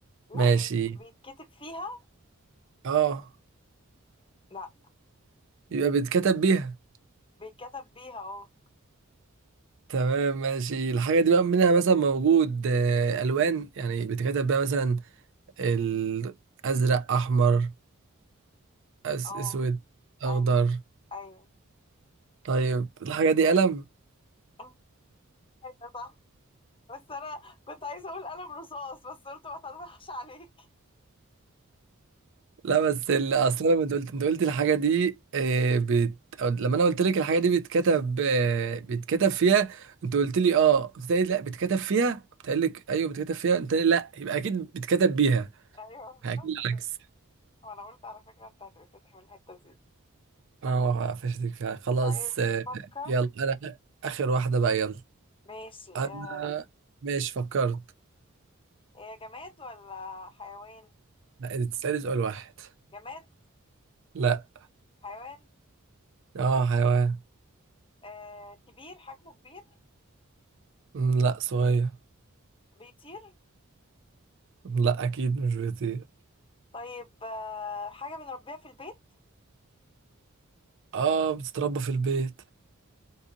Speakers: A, on the left (about 25°); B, on the right (about 60°).
A: لا
B: ماشي
A: بيت... بيتكتب فيها
B: اه
A: لا
B: يبقى بتكتب بيها
A: بيتكتب بيها أه
B: تمام ماشي الحاجة دي بقى منها مثلا موجود آه، ألوان يعني بتكتب بيها مثلا الأزرق أحمر أس-
A: أه
B: أسود أخضر
A: أيوة أيوة
B: طيب الحاجة دي قلم
A: <laughs> أيوة صح بس أنا كنت عايزة أقول قلم رصاص بس قلت ما تضحكش عليك
B: لا بس ال- اصل انا انت قلت انت قلت الحاجه دي آه، بت... أو لما انا قلت لك الحاجه دي بتكتب آه، بتكتب فيها انت قلت لي اه قلت لي لا بتكتب فيها قلت لك ايوه بتكتب فيها انت قلت لي لا يبقى اكيد بتكتب بيها
A: أيوه <laughs>
B: اكيد
A: بالظبط.
B: العكس
A: وأنا قلت على فكرة أنت هتقفلني من الحتة دي
B: اه قفشتك فعلا خلاص
A: طيب
B: آه،
A: فكر
B: يلا انا اخر واحده بقى يلا
A: ماشي
B: انا
A: آه.
B: ماشي فكرت
A: هي جماد ولا حيوان
B: لا انت تسالي سؤال واحد
A: جماد
B: لا
A: حيوان
B: اه حيوان
A: آه. كبير حجمه كبير
B: مم، لا صغير
A: بيطير
B: لا اكيد مش بيطير
A: طيب آه. حاجة بنربيها في البيت
B: اه بتتربى في البيت